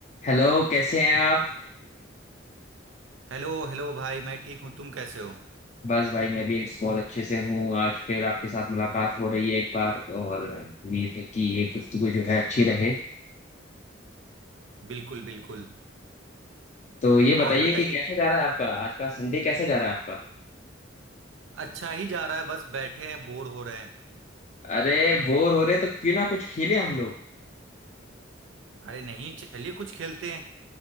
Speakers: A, on the left (about 40°); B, on the right (about 80°).
A: Hello कैसे हैं आप
B: Hello hello भाई मैं ठीक हूँ तुम कैसे हो
A: बस भाई मैं भी एक बहुत अच्छे से हूँ आज फिर आपके साथ मुलाकात हो रही है एक बार और उम्मीद है कि ये गुफ्तगू जो है अच्छी रहे
B: बिल्कुल बिल्कुल
A: तो ये बताइए
B: और बताइए
A: कि कैसा जा रहा है आपका आज का संडे कैसा जा रहा है आपका
B: अच्छा ही जा रहा है बस बैठे हैं बोर हो रहे हैं
A: अरे बोर हो रहे तो क्यों ना कुछ खेले हम लोग
B: अरे नहीं चलिए कुछ खेलते हैं